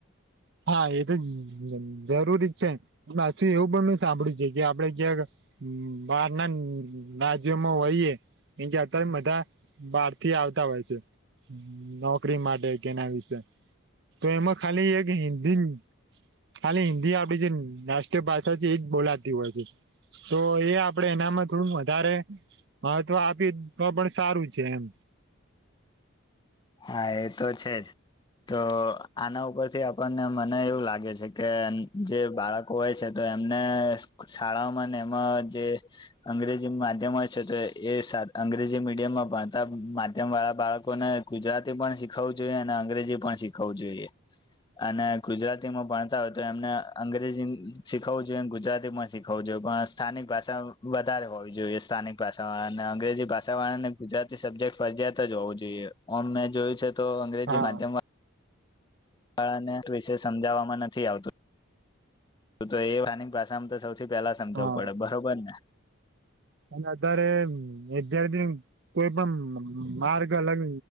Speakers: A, on the right; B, on the left.
A: હા એ તો જ જ જરૂરી જ છે ન પાછું એવું પણ મે સાંભળ્યું છે કે આપડે ક્યાંક મઅ બાર ના રાજ્યમાં હોઈએ એ જે અત્યારે બધા બારથી આવતા હોય છે. નોકરી માટે કેના વિશે તો એમાં ખાલી એક હિન્દી જ ખાલી હિન્દી આપડી જે અ રાષ્ટ્રીય ભાષા છે એજ બોલાતી હોય છે. તો એ આપડે એનામાં થોડું વધારે મહત્વ આપી તો પણ સારું છે એમ.
B: હા એ તો છે જ તો આના ઉપરથી આપણને મને એવું લાગે છે કે એમ જે બાળક હોય છે તો એમને અ શઅ શાળાઓમાં ને એમાં જે અંગ્રેજી માધ્યમ હોય છે તો એ એ સા અંગ્રેજી મીડિયમમાં ભણતા માધ્યમવાળા બાળકોને ગુજરાતી પણ શીખવવું જોઈએ અને અંગ્રેજી પણ શીખવવું જોઈએ. અને અ ગુજરાતીમાં ભણતા હોય તો એમને અંગ્રેજીન શીખવવું જોઈએન ગુજરાતીમાં શીખવવું જોઈ <unintelligible> સ્થાનિક ભાષા વધારે હોવી જોઈએ સ્થાનિક ભાષા વાળાને અને અંગ્રેજી ભાષા વાળાને ગુજરાતી સબ જેક્ટ ફરજિયાત જ હોવું જોઈએ, ઓમ મેં જોયું છે તો અંગ્રેજી
A: હા
B: માધ્યમવા ળાને ત્વિશે સમજવામાં નથી આવતું તો તો એ સ્થાનિક ભાષામાં તો સૌથી પહેલા સમજાવવું
A: હા
B: પડે બરોબર ને?
A: અને અત્યારે વિદ્યાર્થી ન કોઈ પણ મઅ માર્ગ અલગ